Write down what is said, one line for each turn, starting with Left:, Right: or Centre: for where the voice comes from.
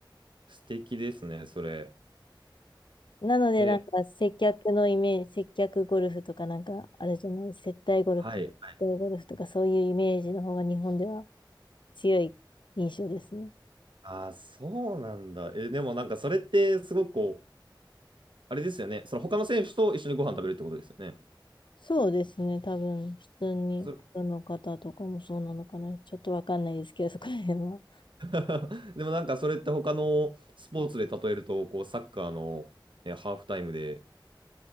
Right: 素敵ですね、それ。
Left: なので、
Right: え、
Left: なんか、接客のイメージ、接客ゴルフとかなんか、あるじゃない、接待ゴルフか、
Right: はい。はい。
Left: 接待ゴルフとかそういうイメージの方が日本では強い印象ですね。
Right: ああ、そうなんだ。え、でもなんかそれってすごくこう、あれですよね。その他の選手と一緒にご飯食べるってことですよね。
Left: そうですね、多分普通にプロの方とかもそうなのかな、
Right: そ
Left: ちょっとわかんないですけど、そこら辺は。
Right: <laughs> でもなんかそれって他のスポーツで例えると、こう、サッカーの、ねハーフタイムで、